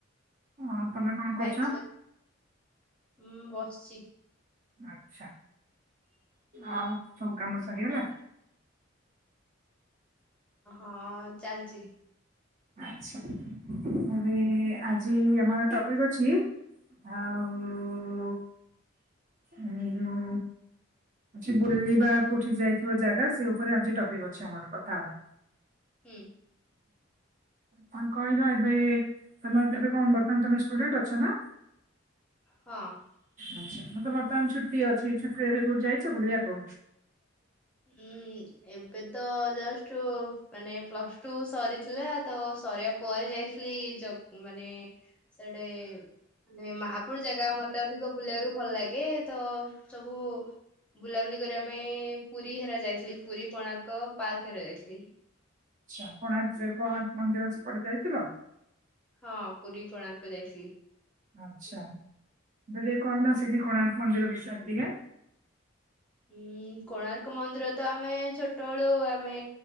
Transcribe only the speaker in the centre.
ଖାଇଚ
ହୁଁ ବସିଚି।
ଅଁ ଚାଲିଚି।
ହୁଁ।
ହଁ
<inaudible>
ହଁ ଏବେ ତ ଜଷ୍ଟ ମାନେ ପ୍ଲସ ଟୁ ସରିଥିଲା ତ ସରିବା ପରେ ଯାଇଥିଲି ମାନେ ସେଟେ ମାନେ ମହାପୁର ଜାଗା ମତେ ଅଧିକ ବୁଲିବାକୁ ଭଲ ଲାଗେ। ତ ସବୁ ବୁଲାବୁଲି କରିବା ପାଇଁ ପୁରୀ ହେରା ଯାଇଥିଲି ପୁରୀ କୋଣାର୍କ ପାର୍କ ଅରା ଯାଇଥିଲି।
ହଁ ପୁରୀ କୋଣାର୍କ ଯାଇଥିଲି।
ଉଁ କୋଣାର୍କ ମନ୍ଦିର ତ ଆମେ ଛୋଟବେଳୁ ଆମେ